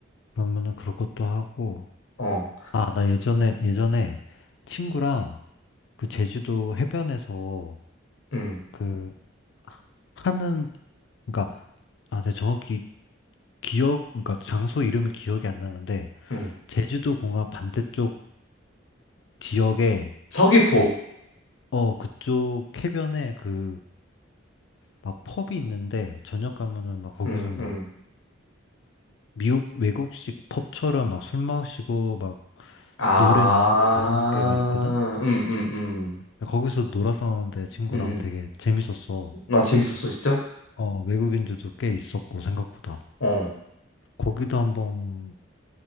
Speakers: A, on the left; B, on the left.
A: 그러면은 그럴 것도 하고,
B: 어,
A: 아, 나 예전에, 예전에 친구랑 그 제주도 해변에서
B: 음,
A: 그 하는, 그니까, 아, 내가 정확히 기억, 그러니까 장소 이름이 기억이 안 나는데,
B: 음.
A: 제주도 공항 반대쪽 지역에
B: 서귀포.
A: 그, 어, 그쪽 해변에 그, 막 펍이 있는데, 저녁 가면은 막 거기서
B: 음,
A: 막
B: 음.
A: 미국 외국식 펍처럼 막 술 마시고 막
B: 아,
A: 노래 나오고 그런 게가 있거든?
B: 음, 음, 음.
A: 거기서 놀았었는데 친구랑
B: 음, 음.
A: 되게 재밌었어.
B: 나 재밌었어, 진짜?
A: 어, 외국인들도 꽤 있었고 생각보다.
B: 어.
A: 거기도 한번